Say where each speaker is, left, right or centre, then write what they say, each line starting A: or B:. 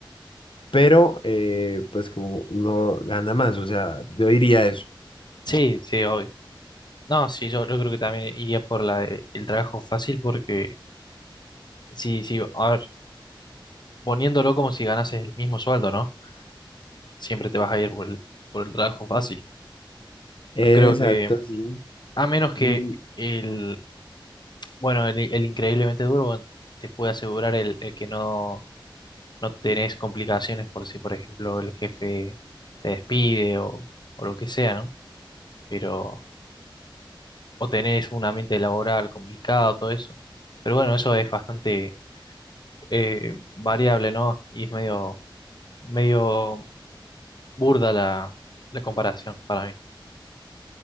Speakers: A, on the left (about 75°); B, on the left (about 55°).
A: pero eh, pues como uno gana más, o sea, yo diría eso.
B: Sí, sí, obvio. No, sí, yo, yo creo que también iría por la de- el trabajo fácil porque, sí, sí, a ver, poniéndolo como si ganases el mismo sueldo, ¿no? Siempre te vas a ir por el, por el trabajo fácil.
A: Exacto,
B: No creo que,
A: sí.
B: a menos que
A: Mm,
B: el, bueno, el, el increíblemente duro bueno, te puede asegurar el, el que no no tenés complicaciones por si, por ejemplo, el jefe te despide o, o lo que sea, ¿no? Pero, o tenés un ambiente laboral complicado, todo eso. Pero bueno, eso es bastante eh, variable, ¿no? Y es medio, medio burda la, la comparación para mí.